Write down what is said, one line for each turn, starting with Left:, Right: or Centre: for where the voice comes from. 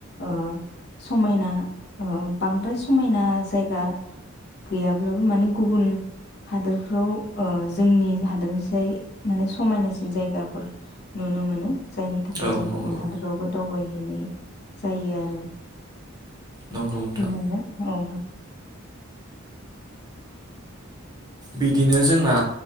Left: ओ समायना बांद्राय समायना जायगा गैयाब्लाबो माने गुबुन हादोरफ्राव ओ जोंनि हादोरनिसाय माने समायनासिन जायगाफोर नुनो मोनो। जायनि थाखाय
Right: औ
Left: जों
Right: नंगौ
Left: गुबुन हादोरावबो दावबायो एनै जायो आरो।
Right: नंगौ
Left: थारै
Right: नोंथां
Left: नोङो औ।
Right: बिदिनो जोंना